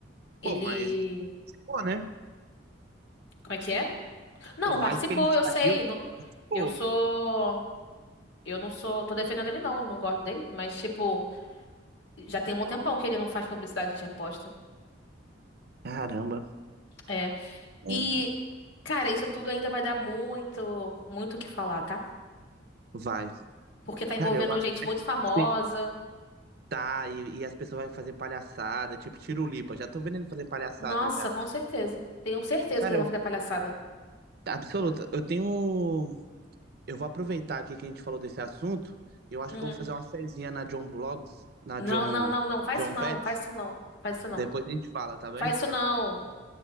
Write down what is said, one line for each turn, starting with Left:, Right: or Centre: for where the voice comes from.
Left: ele,
Right: Pô, mas. Pô, né?
Left: como é que é? Não,
Right: Por
Left: participou,
Right: mais que ele saiu,
Left: eu sei. Não-
Right: pô,
Left: Eu sou, eu não sou, tô defendendo ele não, não gosto dele, mas tipo, já tem um tempão que ele não faz publicidade de aposta.
Right: Caramba.
Left: É.
Right: né?
Left: E, cara, isso tudo ainda vai dar muito, muito o que falar, tá?
Right: Vai.
Left: Porque tá envolvendo
Right: Cara, eu acho
Left: gente
Right: que vai
Left: muito
Right: ser tipo
Left: famosa.
Right: assim. Tá, e, e as pessoas vão fazer palhaçada, tipo Tirulipa. Já tô vendo ele fazer palhaçada
Left: Nossa,
Right: já.
Left: com certeza. Tenho certeza
Right: Cara,
Left: que ele vai
Right: eu.
Left: fazer palhaçada.
Right: Absoluta. Eu tenho. Eu vou aproveitar aqui que a gente falou desse assunto. Eu acho
Left: Hum.
Right: que eu vou fazer uma fezinha na John Blogs, na
Left: Não,
Right: John.
Left: não, não, não. Faz
Right: John
Left: isso não.
Right: Bet.
Left: Faz isso não. Faz isso não.
Right: Depois a gente fala, tá bem?
Left: Faz isso não.